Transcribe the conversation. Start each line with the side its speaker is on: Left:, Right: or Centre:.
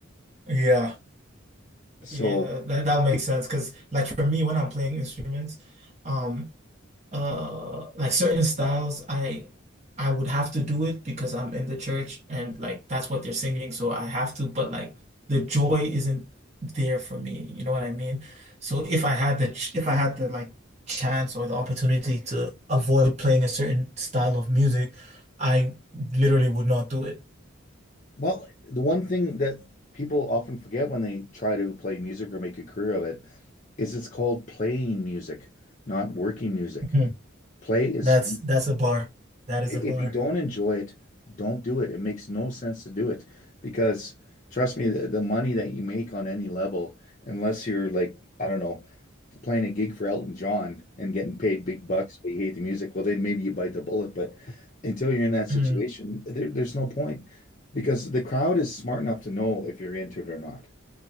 Right: Yeah.
Left: So,
Right: Yeah. That that makes sense. Because like for me, when I'm playing instruments, um, uh like certain styles I I would have to do it because I'm in the church and like that's what they're singing so I have to but like the joy isn't there for me you know what I mean so if I had the ch- if I had the like chance or the opportunity to avoid playing a certain style of music I literally would not do it
Left: well, the one thing that people often forget when they try to play music or make a career of it is it's called playing music, not working music.
Right: Mhm.
Left: Play is,
Right: that's that's a bar that is
Left: if
Right: a bar
Left: you don't enjoy it, don't do it. It makes no sense to do it because trust me, the, the money that you make on any level, unless you're like, I don't know, playing a gig for Elton John and getting paid big bucks, but you hate the music, well, then maybe you bite the bullet. But until you're in that situation,
Right: hmm
Left: there, there's no point because the crowd is smart enough to know if you're into it or not.